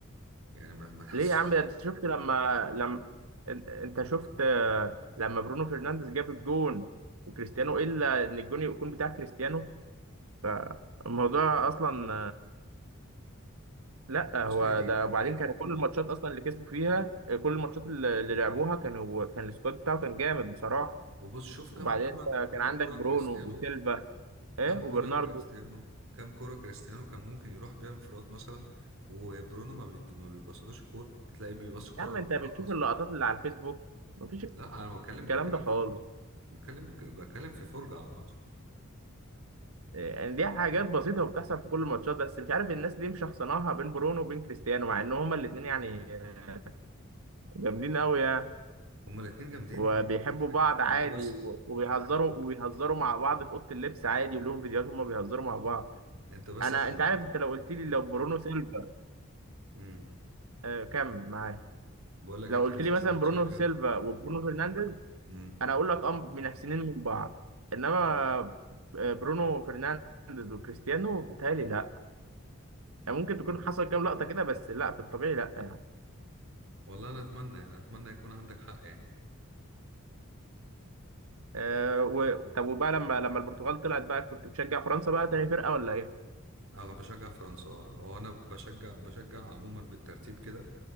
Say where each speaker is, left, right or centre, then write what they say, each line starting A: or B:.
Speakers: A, on the right (about 70°); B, on the right (about 85°).
A: يعني ما ما تحس
B: ليه يا عم ده انت شفت لما لما ان- انت شفت آه، لما برونو فرنانديز جاب الجون وكريستيانو الا ان الجون يكون بتاع كريستيانو فالموضوع اصلا لا
A: بص
B: هو
A: هي دي
B: ده وبعدين
A: هي دي
B: كانوا كل الماتشات اصلا اللي كسبوا فيها كل الماتشات اللي اللي لعبوها كانوا كان السكواد بتاعه كان جامد بصراحه
A: وبص شوف كام
B: وبعدين
A: كوره
B: انت
A: كام
B: كان عندك
A: كوره
B: برونو
A: كريستيانو
B: وسيلفا ايه
A: كام
B: وبرناردو
A: كوره كريستيانو كام كوره كريستيانو كان ممكن يروح بيها انفراد مثلا وبرونو ما بي... ما بيبصلوش الكوره تلاقي بيبص الكوره
B: يا عم
A: على
B: انت
A: الاطراف
B: بتشوف
A: مثلا
B: اللقطات اللي على الفيسبوك مفيش
A: لا انا بتكلم
B: الكلام
A: بتكلم
B: ده خالص
A: في الماتش بتكلم بتكلم في فرجه على ماتش
B: يعني دي حاجات بسيطه وبتحصل في كل الماتشات بس مش عارف الناس ليه مشخصناها بين برونو وبين كريستيانو مع ان هما الاثنين يعني آه، جامدين قوي يعني
A: هما الاتنين جامدين
B: وبيحبوا
A: بحد كل حاجة
B: بعض عادي
A: انت بس
B: و- وبيهزروا وبيهزروا مع بعض في اوضه اللبس عادي ولهم فيديوهات هما بيهزروا مع بعض
A: انت بس
B: انا
A: عشان
B: انت
A: بت...
B: عارف انت لو قلت لي لو برونو سيلفا
A: امم
B: آه كمل معاك
A: بقول لك
B: لو
A: انت
B: قلت
A: بس
B: لي
A: عشان
B: مثلا
A: بتشجع
B: برونو سيلفا وبرونو فرنانديز
A: امم
B: انا اقول لك اه من احسنين من بعض انما آه، برونو فرنانديز وكريستيانو بيتهيألي لا
A: امم
B: يعني ممكن تكون حصل كام لقطه كده بس لا في الطبيعي لا يعني
A: والله انا اتمنى يعني اتمنى يكون عندك حق يعني
B: آه و... طب وبقى لما لما البرتغال طلعت بقى كنت بتشجع فرنسا بقى تاني فرقه ولا ايه؟
A: انا بشجع فرنسا هو انا بشجع بشجع عموما بالترتيب كده